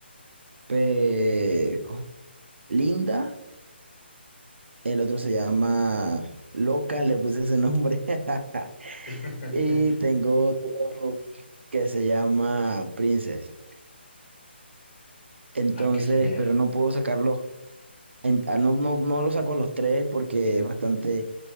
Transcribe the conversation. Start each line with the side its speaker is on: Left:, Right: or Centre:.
Right: Pe- ¿cómo? Linda, el otro se llama Loca, le puse ese nombre. <laughs>
Left: <laughs>
Right: Y tengo otro que se llama Princess. Entonces,
Left: Ah, qué genial.
Right: pero no puedo sacarlos En- ah, no, no, no lo saco los tres porque es bastante